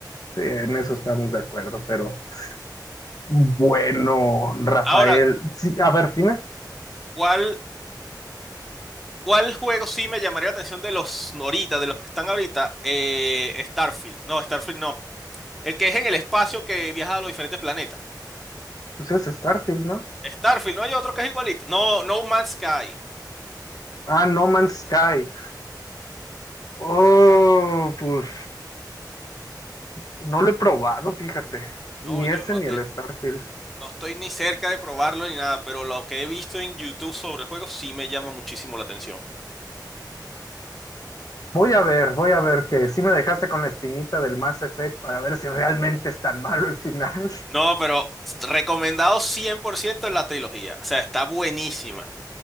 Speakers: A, on the left (about 55°); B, in the centre.
A: sí, en eso estamos de acuerdo, pero. Bueno, Rafael,
B: Ahora,
A: sí, a ver, dime,
B: ¿cuál, cuál juego sí me llamaría la atención de los noritas, de los que están ahorita? Eh, Starfield. No, Starfield no. El que es en el espacio que viaja a los diferentes planetas.
A: pues es Starfield, ¿no?
B: Starfield, no hay otro que es igualito. No, No Man's Sky.
A: Ah, No Man's Sky. Oh, pues no lo he probado, fíjate, ni
B: No, yo
A: ese
B: no
A: ni
B: te.
A: el Starfield.
B: No estoy ni cerca de probarlo ni nada, pero lo que he visto en YouTube sobre el juego sí me llama muchísimo la atención.
A: Voy a ver, voy a ver que sí me dejaste con la espinita del Mass Effect para ver si realmente es tan malo el final. <laughs>
B: No, pero recomendado 100% la trilogía. O sea, está buenísima.